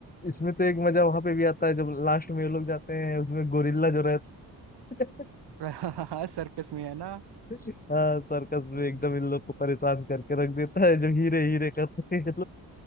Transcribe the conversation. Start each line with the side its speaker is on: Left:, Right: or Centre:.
Left: इसमें तो एक मजा वहां पे भी आता है जब लास्ट में ये लोग जाते हैं उसमें गोरिल्ला जो रहता है
Right: <laughs> हाँ सर्कस में है ना
Left: <laughs> हाँ सर्कस में
Right: हम्म,
Left: एकदम इन लोग को परेशान करके रख देता है जब हीरे हीरे करते हैं